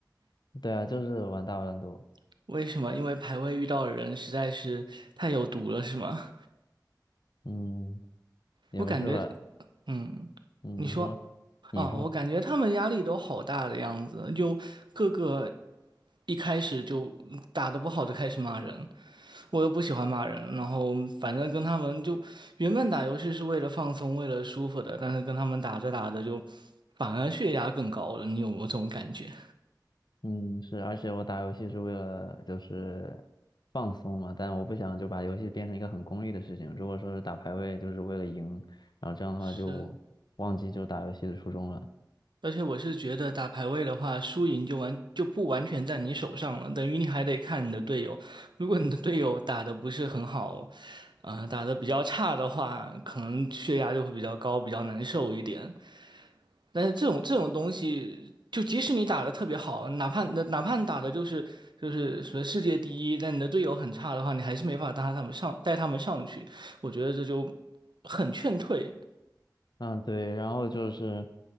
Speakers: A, on the left; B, on the right.
A: 对啊，就是玩大乱斗。
B: <laughs> 为什么？因为排位遇到的人实在是太有毒了，是吗？
A: 嗯，也不是吧？
B: 我感觉，嗯，
A: 嗯，
B: 你说，
A: 你说，你说，
B: 哦，我感觉他们压力都好大的样子，就各个一开始就打得不好就开始骂人，我又不喜欢骂人，然后反正跟他们就原本打游戏是为了放松，为了舒服的，但是跟他们打着打着就反而血压更高了，你有没有这种感觉？
A: 嗯，是，而且我打游戏是为了就是放松嘛，但我不想就把游戏变成一个很功利的事情。如果说是打排位，就是为了赢，然后这样的话就忘记就打游戏的初衷了。
B: 是，而且我是觉得打排位的话，输赢就完就不完全在你手上了，等于你还得看你的队友。如果你的队友打的不是很好，啊、打的比较差的话，可能血压就会比较高，比较难受一点。但是这种这种东西，就即使你打得特别好，哪怕哪哪怕你打的就是就是什么世界第一，但你的队友很差的话，你还是没法带他们上带他们上去。我觉得这就很劝退，
A: 嗯，对，然后就是，